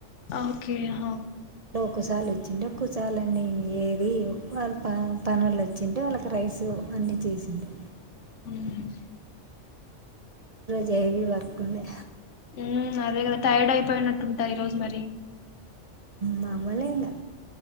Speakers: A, on the left (about 70°); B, on the right (about 45°).
A: ఓకే ఆ
B: కుసాలు వచ్చిండ కుసాలన్నీ ఏది వాళ్ళు ప పనోళ్లు వచ్చిళ్లు అంటే వాళ్ళకి రైస్ అన్ని చేసింది.
A: హ్మ్
B: దేవి వర్కు ఉండే
A: హ్మ్ అదే కదా టైర్డ్ అయిపోయినట్టుంటా ఈ రోజు మరి
B: ఆ మామూలే ఇంకా